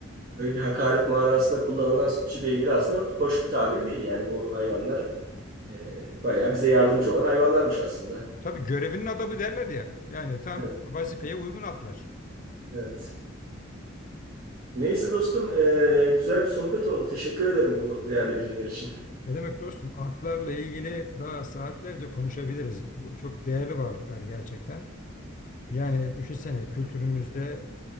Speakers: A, on the right; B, on the left.
A: böyle bir hakaret manasında kullanılan sütçü beygiri aslında hoş bir tabir değil. Yani bu hayvanlar e, bayağı bize yardımcı olan hayvanlarmış aslında.
B: Tabii görevinin adamı derler ya. Yani tam
A: Evet.
B: vazifeye uygun atlar.
A: Evet. Neyse dostum e, güzel bir sohbet oldu. Teşekkür ederim bu değerli bilgiler için.
B: Ne demek dostum? Atlarla ilgili daha saatlerce konuşabiliriz. Bu çok değerli varlıklar gerçekten. Yani düşünsene kültürümüzde